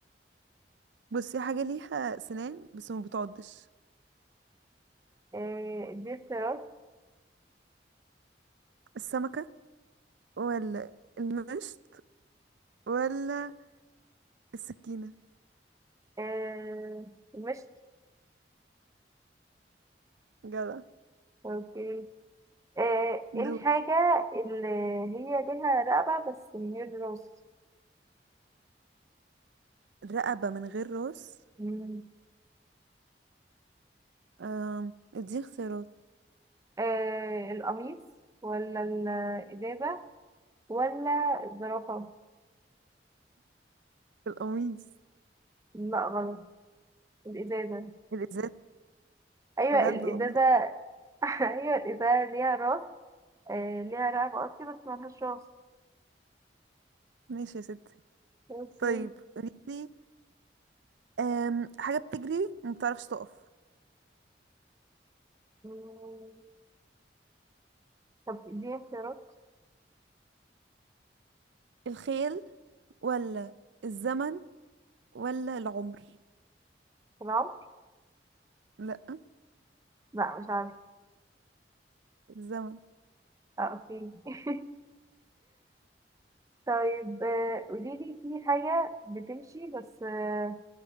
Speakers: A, on the right; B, on the right.
A: بصي حاجه ليها سنان بس ما بتعضش
B: آه دي اختيارات
A: السمكه ولا المشط ولا السكينه
B: آه مشت
A: جدع
B: اوكي آه ايه
A: دول
B: الحاجة اللي هي ليها رقبة بس من غير راس
A: رقبه من غير راس
B: مم.
A: آم، اديني اختيارات
B: آه القميص ولا الإزازة ولا الزرافة
A: القميص
B: لا غلط الإزازة
A: الازاز
B: أيوة
A: بجد
B: الإزازة
A: والله
B: <laughs> أيوة الإزازة ليها راس آه ليها رقبة قصدي بس ملهاش راس
A: ماشي يا ستي
B: اوكي
A: طيب قوليلي آم، حاجة بتجري وما بتعرفش تقف
B: مم. طب دي اختيارات
A: الخيل ولا الزمن ولا العمر
B: في العمر
A: لا
B: لا مش عارفة
A: الزمن
B: اه اوكي <laughs> طيب آه، قوليلي في حاجة بتمشي بس آه